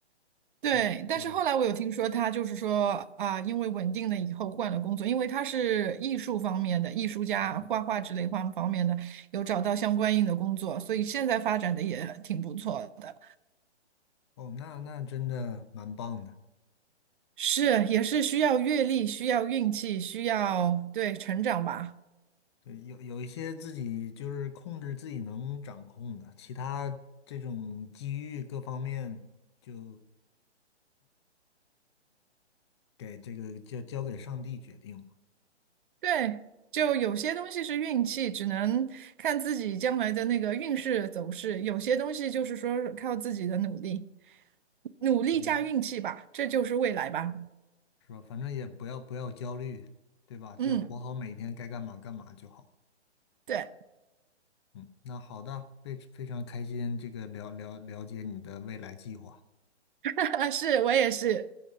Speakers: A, on the right; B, on the left.
A: 对，
B: 嗯，
A: 但是后来我有听说他就是说啊，
B: 对吧？
A: 因为稳定了以后换了工作，因为他是艺术方面的艺术家，
B: 哦
A: 画画之类方方面的，有找到相关应的工作，所以现在发展的也挺不错的。
B: 哦，那那真的蛮棒的。
A: 是，也是需要阅历，需要运气，需要对成长吧。
B: 对，有有一些自己就是控制自己能掌控的，其他这种机遇各方面就给这个交交给上帝决定嘛，
A: 对，就有些东西是运气，只能看自己将来的那个运势走势；有些东西就是说靠自己的努力，努力加运气吧，
B: 嗯，
A: 这就是未来吧。
B: 是吧？反正也不要不要焦虑，对吧？就活好每一天，
A: 嗯，
B: 该干嘛干嘛就好
A: 对。
B: 嗯，那好的，非非常开心，这个了了了解你的未来计划。
A: <laughs> 啊，是我也是。